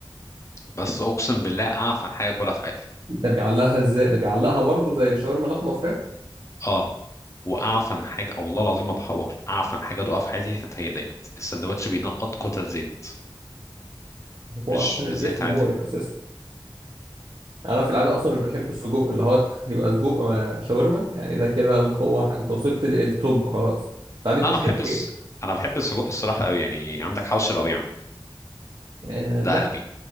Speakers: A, on the left (about 35°); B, on the right (about 55°).
A: بس اقسم بالله اعفن حاجه كلها في حياتي
B: ده بيعلقها إزاي؟ ده بيعلقها برضه زي الشاورما لحمة فراخ
A: اه واعفن حاجه أو والله العظيم ما بحور اعفن حاجه ادوقها في حياتي كانت هي ديت السندوتش بينقط كتل زيت
B: هو
A: مش
B: أصلا
A: مش
B: الاسم
A: زيت عادي
B: مقرف أساسا يعني انا في العاده اصلا مش بحب السجق اللي هو يبقى سجق آه، شاورما يعني ده كده اللي هو انت وصلت للتوب خلاص انت عندك
A: لا
B: كشري
A: انا بحب
B: كتير
A: الس... انا بحب السجق الصراحه قوي يعني عندك حوش الربيع
B: آه لا
A: ده قلبي